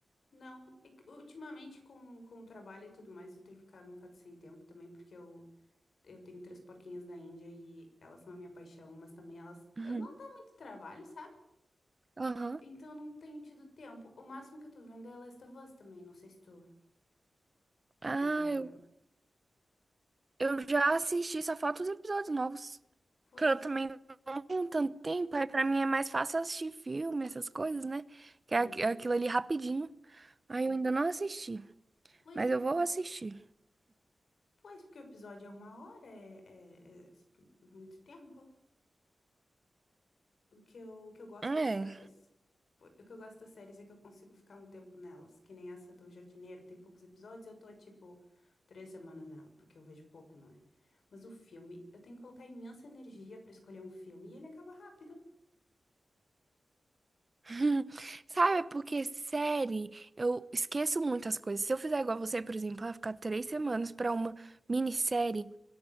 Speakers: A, on the left; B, on the right.
A: não. É que Ultimamente, com, com o trabalho e tudo mais, eu tenho ficado um bocado sem tempo também, porque eu, eu tenho três porquinhas da Índia e elas são a minha paixão, mas também elas
B: Uhum.
A: ah, não dá muito trabalho, sabe?
B: Aham.
A: Então eu não tenho tido tempo. O máximo que eu tô vendo é Last of Us também. Não sei se tu, tu
B: Ah,
A: já viu.
B: eu, eu já assisti, só falta os episódios novos.
A: Pois.
B: Porque eu também não tenho tanto tempo, aí pra mim é mais fácil assistir filme, essas coisas, né? Que
A: Ah,
B: é aqu- é aquilo ali rapidinho. Aí eu ainda não assisti,
A: pois,
B: mas
A: porque,
B: eu vou assistir.
A: pois, porque o episódio é uma hora, é, é- é muito tempo. O que eu, o que eu gosto
B: É.
A: das séries. po- O que eu gosto das séries é que eu consigo ficar um tempo nelas, que nem essa do Jardineiro, tem poucos episódios, eu tô, tipo, três semanas nela, porque eu vejo pouco, não é? Mas o filme, eu tenho que colocar imensa energia pra escolher um filme e ele acaba rápido.
B: <laughs> Hum, Sabe, porque série, eu esqueço muitas coisas. Se eu fizer igual você, por exemplo, vai ficar três semanas pra uma minissérie,